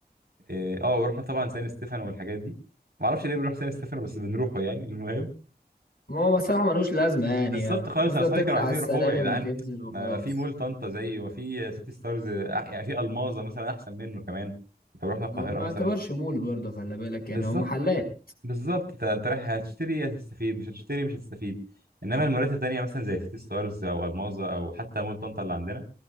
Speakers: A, on the right (about 70°); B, on the left (about 60°).
A: اه آه، ورحنا طبعا سان ستيفانو والحاجات دي ما اعرفش ليه بنروح سان ستيفانو بس بنروحه يعني المهم
B: ما هو الصراحه ملوش لازمه يعني
A: بالظبط خالص
B: تفضل
A: انا اصحابي
B: تطلع
A: كانوا عايزين
B: على السلالم
A: يروحوه يا جدعان
B: وتنزل وخلاص
A: ما, ما في مول طنطا زيه وما في سيتي ستارز آه، يعني في الماظه مثلا احسن منه كمان لو رحنا القاهره
B: ما ما
A: مثلا
B: يعتبرش مول برضه خلي بالك
A: بالظبط
B: يعني هو محلات
A: بالظبط انت انت رايح هتشتري يا هتستفيد مش هتشتري مش هتستفيد انما المولات التانية مثلا زي سيتي ستارز او الماظة او حتى مول طنطا اللي عندنا